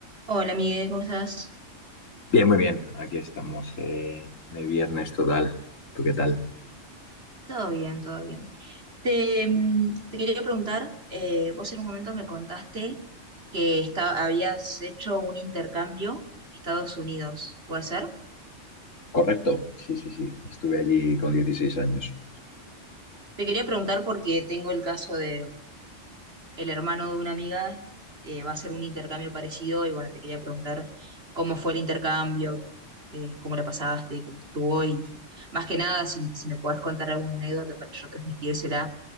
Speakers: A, on the right (about 50°); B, on the left (about 85°).
A: Hola, Miguel, ¿cómo estás?
B: Bien, muy bien. Aquí estamos eh, de viernes total. ¿Tú qué tal?
A: Todo bien, todo bien. Te, mm, te quería preguntar, eh, vos en un momento me contaste que esta- habías hecho un intercambio en Estados Unidos, ¿puede ser?
B: Correcto, sí, sí, sí. Estuve allí con 16 años.
A: Te quería preguntar porque tengo el caso de el hermano de una amiga, eh, va a hacer un intercambio parecido y bueno, te quería preguntar cómo fue el intercambio, eh, cómo la pasaste, cómo estuvo y más que nada si, si me podés contar alguna anécdota para yo transmitírsela